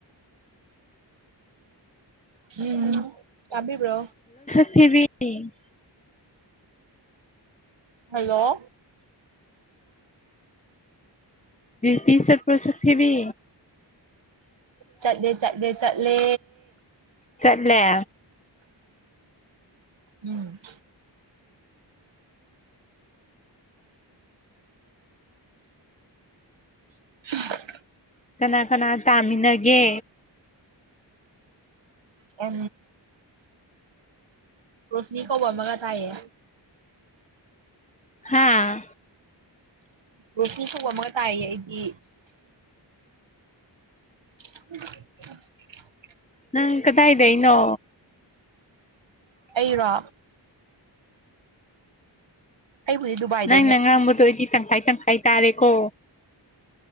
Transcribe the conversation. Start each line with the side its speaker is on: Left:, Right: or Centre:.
Right: ꯎꯝ ꯆꯥꯕꯤꯕ꯭ꯔꯣ
Left: ꯄ꯭ꯊꯤꯕꯤꯤ
Right: ꯍꯜꯂꯣ
Left: ꯇ ꯆꯠ ꯄꯣꯁꯛ ꯊꯤꯕꯤ
Right: ꯆꯠꯂꯦ ꯆꯠꯂꯦ ꯆꯠꯂꯦ
Left: ꯆꯠꯂ
Right: ꯎꯝ <inaudible>
Left: ꯀꯅꯥ ꯀꯅꯥ ꯇꯥꯃꯤꯟꯅꯒꯦ
Right: ꯑ ꯔꯣꯁꯅꯤ ꯀꯧꯕ ꯑꯃꯒ ꯇꯥꯏꯌꯦ
Left: ꯍꯥ
Right: ꯎ <unintelligible> <inaudible> ꯔꯣꯁꯅꯤ ꯇꯧꯕ ꯑꯃ ꯇꯥꯏꯌꯦ ꯑꯩꯗꯤ ꯍ <unintelligible> <inaudible>
Left: ꯅꯪ ꯀꯗꯥ ꯏꯗꯦ ꯏꯩꯅꯣ
Right: ꯑꯩꯔ ꯑꯩꯕꯨꯗꯤ ꯗꯨꯕꯥꯏꯗꯩꯅꯦ
Left: ꯅꯪ ꯅ ꯉꯥꯡꯝꯕꯗꯣ ꯑꯩꯗꯤ ꯇꯪꯈꯥꯏ ꯇꯪꯈꯥꯏ ꯇꯥꯔꯦꯀꯣ